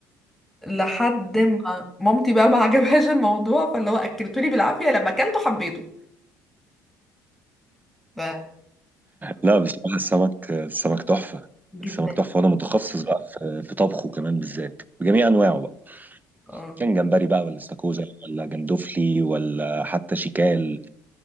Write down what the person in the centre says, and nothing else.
لحد ما مامتي بقى ما عجبهاش الموضوع فاللي هو اكلتولي بالعافية لما اكلته حبيته ف
جدا
اه